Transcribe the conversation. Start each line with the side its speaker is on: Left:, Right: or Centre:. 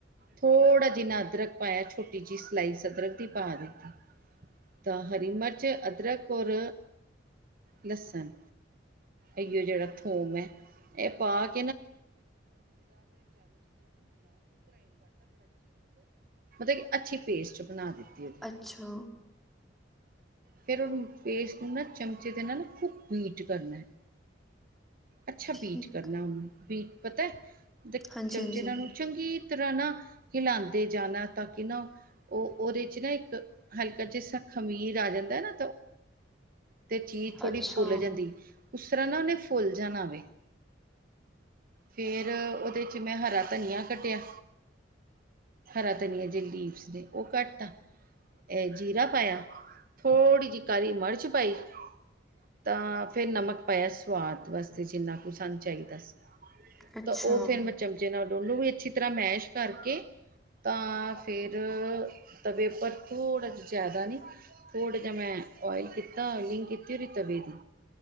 Right: ਥੋੜ੍ਹਾ ਜਿਨਾ ਅਦਰਕ ਪਾਇਆ ਛੋਟੀ ਜੀ ਸਲਾਈਸ ਅਦਰਕ ਦੀ ਪਾ ਦਿੱਤੀ। ਤਾਂ ਹਰੀ ਮਿਰਚ, ਅਦਰਕ ਔਰ ਲਸਣ। ਐਇਓ ਜੇੜਾ ਥੋਮ ਐ। <inaudible> ਇੱਕ ਮਤਲਬ ਕਿ ਅੱਛੀ ਪੇਸਟ ਬਣਾ ਦਿੱਤੀ। ਉਹਦੀ
Centre: ਅੱਛਾ
Right: ਫਿਰ ਉਹਨੂੰ ਪੇਸਟ ਨੂੰ ਨਾ ਚਮਚੇ ਦੇ ਨਾਲ ਬੀਟ ਕਰਨਾ ਅੱਛਾ
Centre: ਠੀਕ
Right: ਬੀਟ ਕਰਨਾ ਉਹਨੂੰ ਬੀਟ ਪਤਾ
Centre: ਹਾਂਜੀ
Right: ਚਮਚੇ
Centre: ਹਾਂਜੀ
Right: ਨਾਂ ਨੂੰ ਚੰਗੀ ਤਰ੍ਹਾਂ ਨਾ ਹਿਲਉਂਦੇ ਜਾਣਾ ਤਾਂ ਕਿ ਨਾ ਉਹ ਉਹਦੇ ਚ ਨਾ ਇੱਕ ਹਲਕਾ ਜਸਾ ਖ਼ਮੀਰ ਆ ਜਾਂਦਾ ਨਾ ਤੇ ਚੀਜ਼ ਥੋੜੀ
Centre: ਅੱਛਾ
Right: ਫੁੱਲ ਜਾਂਦੀ ਉਸ ਤਰ੍ਹਾਂ ਨਾ ਉਹਨੇ ਫੁੱਲ ਜਾਣਾਵੇ ਫਿਰ ਉਹਦੇ 'ਚ ਮੈਂ ਹਰਾ ਧਨੀਆਂ ਕੱਟਿਆ ਹਰਾ ਧਨੀਆ ਜੇ ਲੀਵਸ ਦੇ ਉਹ ਘੱਟ ਆ ਇਹ ਜੀਰਾ ਪਾਇਆ ਥੋੜ੍ਹੀ ਜਿਹੀ ਕਾਹਾਲੀ ਮਿਰਚ ਪਾਈ ਤਾਂ ਫਿਰ ਨਮਕ ਪਾਇਆ ਸਵਾਦ ਵਾਸਤੇ ਜਿੰਨਾ ਕੁ ਸਾਨੂੰ ਚਾਹੀਦਾ ਸੀ।
Centre: ਅੱਛਾ
Right: ਤਾਂ ਉਹ ਫੇਰ ਮੈਂ ਚਮਚੇ ਨਾਲ ਡੋਲੂ ਵੀ ਅੱਛੀ ਤਰ੍ਹਾਂ ਮੈਸ਼ ਕਰਕੇ ਤਾਂ ਫੇਰ ਤਵੇ ਪਰ ਥੋੜ੍ਹਾ ਜਿਆਦਾ ਨੀ। ਥੋੜ ਜ ਮੈ ਓਇਲ ਕੀਤਾ ਲਿੰਗ ਕੀਤੀ ਵੀ ਤਵੇ ਦੀ।